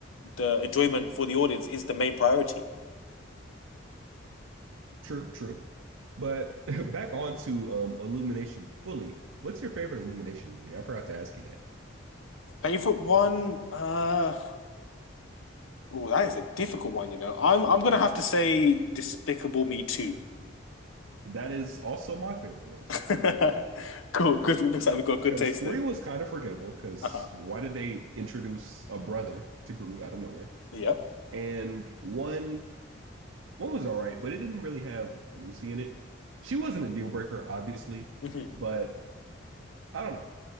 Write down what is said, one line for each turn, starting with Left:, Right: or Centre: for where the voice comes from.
Left: the enjoyment for the audience is the main priority.
Right: True, true. But <laughs> back on to um, Illumination fully. What's your favorite Illumination movie? I forgot to ask you that.
Left: Favorite one? Uh, oh, that is a difficult one. You know, I'm I'm gonna have to say Despicable Me Too.
Right: That is also my favorite one too.
Left: <laughs> cool. Good. Looks like we've got good
Right: Because
Left: taste
Right: three
Left: then.
Right: was kind of forgettable. Because
Left: Uh huh.
Right: why did they introduce a brother to Gru out of nowhere?
Left: Yep.
Right: And one, one was all right, but it didn't really have Lucy in it. She wasn't a deal breaker, obviously,
Left: hmm
Right: but I don't know.